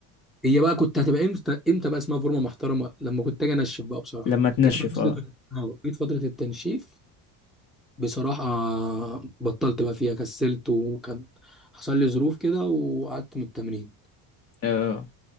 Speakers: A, in the centre; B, on the left.
A: هي بقى كنت هتبقى امتى امتى بقى اسمها فورمه محترمه لما كنت اجي انشف بقى بصراحه
B: لما تنشف
A: جيت على
B: اه
A: فتره آه، جيت فتره التنشيف بصراحه آه، بطلت بقى فيها كسلت وكان حصل لي ظروف كده وقعدت من التمرين
B: اه